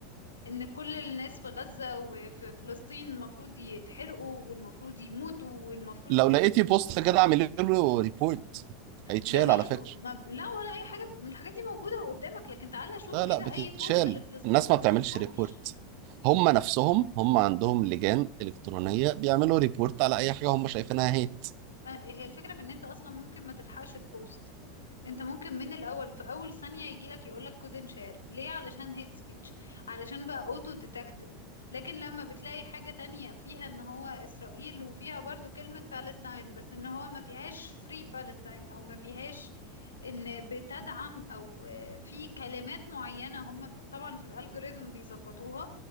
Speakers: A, on the left; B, on the right.
A: ان كل الناس في غزة وفي فلسطين المفروض يتحرقوا والمفروض يموتوا والمفروض
B: لو لقيتي
A: و-
B: بوست كده اعملي له ريبورت هيتشال
A: جميع
B: على فكره
A: ما لا ولا اي حاجة من الحاجات دي موجودة قدامك لكن تعالى شوف
B: لا
A: كده
B: لا بتتشال
A: اي بوست لفلسطين
B: الناس
A: ما
B: ما
A: بتشوفهمش
B: بتعملش ريبورت هم نفسهم هم عندهم لجان الكترونيه بيعملوا ريبورت على اي حاجه هم شايفينها هيت
A: آه، هي الفكرة في ان انت اصلا ممكن ما تلحقش تبوست انت ممكن من الاول في اول ثانية يجيلك يقولك couldn't share ليه علشان hate speech علشان بقى auto detected لكن لما بتلاقي حاجة تانية فيها ان هو اسرائيل وفيها برضو كلمة Palestine بس ان هو ما فيهاش free Palestine او ما فيهاش ان بتدعم او آه، في كلمات معينة هم طبعا في الالجوريزم بيظبطوها